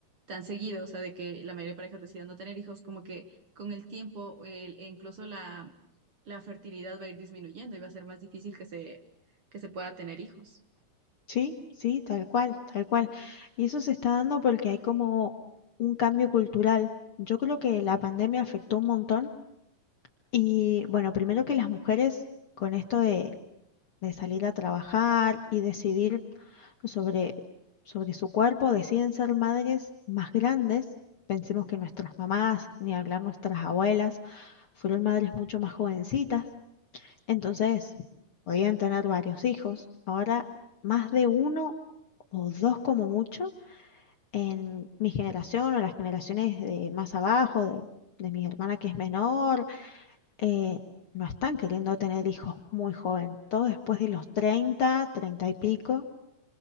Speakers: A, on the right; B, on the left.
A: tan seguido, o sea, de que la mayoría de parejas decidan no tener hijos, como que con el tiempo el- e incluso la, la fertilidad va a ir disminuyendo y va a ser más difícil que se, que se pueda tener hijos.
B: Sí, sí, tal cual, tal cual. Y eso se está dando porque hay como un cambio cultural. Yo creo que la pandemia afectó un montón y bueno, primero que las mujeres con esto de, de salir a trabajar y decidir sobre, sobre su cuerpo, deciden ser madres más grandes. Pensemos que nuestras mamás, ni hablar nuestras abuelas, fueron madres mucho más jovencitas. Entonces, podían tener varios hijos. Ahora, más de uno o dos como mucho en mi generación o las generaciones de más abajo, de, de mi hermana que es menor, eh, no están queriendo tener hijos muy joven, todo después de los treinta treinta y pico.